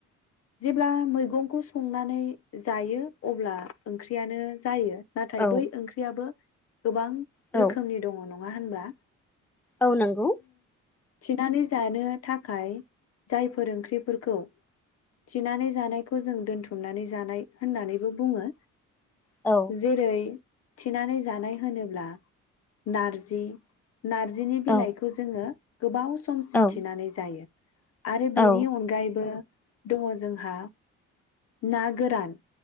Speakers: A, on the left; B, in the centre.
A: जेब्ला मैगंखौ संनानै जायो अब्ला ओंख्रियानो जायो। नाथाय
B: औ
A: बै ओंख्रियाबो गोबां
B: औ
A: रोखोमनि दङ नङ। नङा होनबा।
B: औ नंगौ।
A: थिनानै जानो। थाखाय जाय फोरोंख्रि। बेफोरखौ थिनानै जानायखौ जों दोनथुमनानै जानाय होननानैबो बुङो।
B: औ
A: जेरै। थिनानै जानाय होनोब्ला नारजि। नारजिनि
B: औ
A: बिलाइखौ। ओ गोबाव। समसिम
B: औ
A: थिनानै जायो। आरो
B: औ
A: बेनि अनगायैबो। दङ जोंहा ना गोरान।